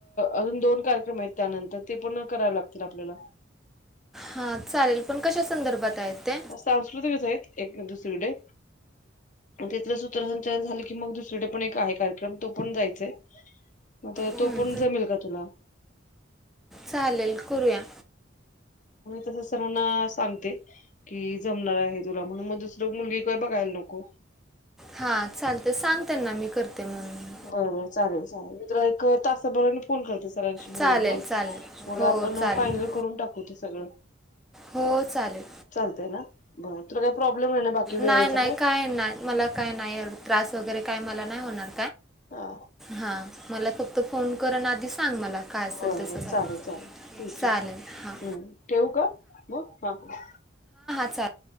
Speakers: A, on the left (about 40°); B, in the centre.
A: अजून दोन कार्यक्रम आहेत त्यानंतर ते पूर्ण करावे लागतील आपल्याला
B: हा चालेल पण कशा संदर्भात आहेत. ते
A: सांस्कृतिकच आहेत एक दुसरीकडे तथ सूत्रसंचार झालं कि मग दुसरडे पण एक आहे. कार्यक्रम तो पण जायचा मग
B: हम्म,
A: तो पण जमेल का तुला
B: चालेल करूया
A: तस सर्ांना सांगते. कि जमणार आहे तुला म्हणून मग दुसर मुलगी काय बघायला नको
B: हां चालते सांग त्यांना मी करते म्हणून
A: बरबर चालेल चालेल तर एक तासाभर फोन करते. सरांशी बोलून
B: चालेल
A: बग
B: चालेल
A: मग
B: हो
A: आपण
B: चालेल
A: फायनल करून टाकू ते सगळं.
B: हो चालेल.
A: चालतंय ना बरं तुला काही प्रॉब्लेम नाही ना बाकी वेळेचा
B: नाय नाय काय नाय मला काय नाय त्रास वगैरे काय मला नाय होणार
A: हा
B: हा मला फक्त फोन कर आणि आधी सांग मला काय असेल
A: बर
B: ते
A: बर
B: सगळं
A: चालेल चालेल ठीक
B: चालेल
A: आहे
B: हां
A: हम्म ठेवू का? म, ह ह
B: चालल